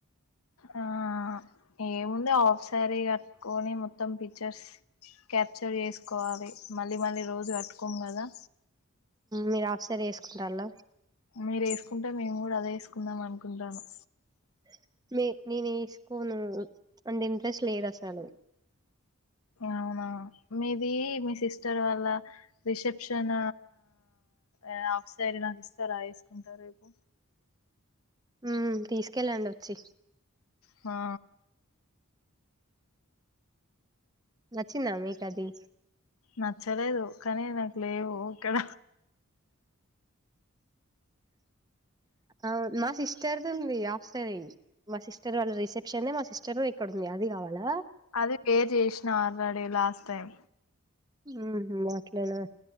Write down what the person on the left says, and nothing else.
ఆ ఏముంది హాఫ్ సారీ కట్టుకొని మొత్తం పి పిక్చర్స్ క్యాప్చర్ చేసుకోవాలి మళ్ళీ మళ్ళీ రోజు కట్టుకోము కదా
మీరు ఏసుకుంటే మేము కూడా అదే ఏసుకుందాం మనుకుంటానం
అవునా మీది మీ సిస్టర్ వాళ్ళ రిసెప్షన ఏ హాఫ్సరీ నడుస్తారా ఏసుకుంటా రేపు
హా
నచ్చలేదు కానీ నాకు లేవు ఇక్కడ
అది పే చేసిన ఆల్రెడీ లాస్ట్ టైం